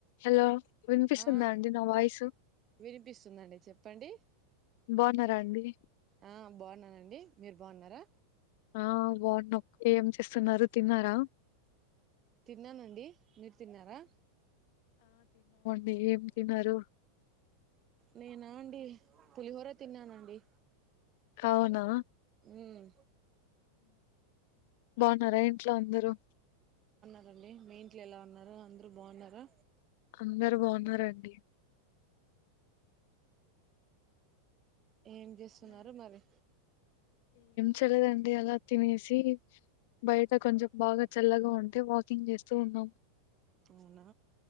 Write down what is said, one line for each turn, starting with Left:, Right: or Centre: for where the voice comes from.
Left: Hello వినిపిస్తుందా
Right: ఆ
Left: అండి నా వాయిసు
Right: వినిపిస్తుందండి చెప్పండి
Left: బావున్నారా అండి
Right: ఆ బాగున్నానండి మీర్ బాగున్నారా
Left: ఆ బాగున్నం ఏం చేస్తున్నారు తిన్నారా
Right: తిన్నానండి మీర్ తిన్నారా
Left: మీర్ ఏం తినరు
Right: నేనా అండి పులిహోర తిన్నానండి
Left: అవునా
Right: ఊమ్
Left: బాగున్నారా ఇంట్లో అందరూ
Right: అండి మీ ఇంట్లో ఎలా ఉన్నారు అందరూ బోన్నారా
Left: అందరు బాగున్నారండి
Right: ఏం చేస్తున్నారు మరి
Left: చలేదండి అలా తినేసి బయట కొంచెం బాగా చల్లగా ఉంటే వాకింగ్ చేస్తూ ఉన్నాం
Right: అవునా